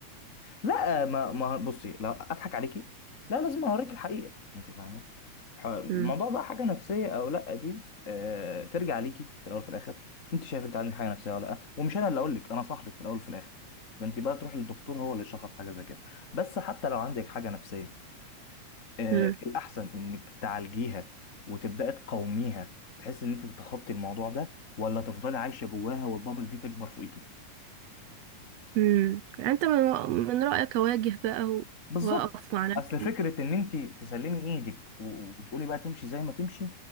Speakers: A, on the left; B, on the right.
A: لا ما ما بصي لا اضحك عليكي لا لازم اوريك الحقيقه انت فاهمه ح- الموضوع
B: امم
A: بقى حاجه نفسيه او لا دي آه ترجع ليكي في الاول وفي الاخر انت شايف انت عندك حاجه نفسيه ولا لا ومش انا اللي اقول لك انا صاحبك في الاول وفي الاخر ده انت بقى تروحي للدكتور هو اللي يشخص حاجه زي كده بس حتى لو عندك حاجه نفسيه آه
B: امم
A: الاحسن انك تعالجيها وتبداي تقاوميها بحيث ان انت تتخطي الموضوع ده ولا تفضلي عايشه جواها والبابل دي تكبر فوقيكي
B: امم انت من من رأيك اواجه بقى و-
A: بالظبط
B: واقف مع نفسي
A: اصل فكره ان انت تسلمي ايدك و- وتقولي بقى تمشي زي ما تمشي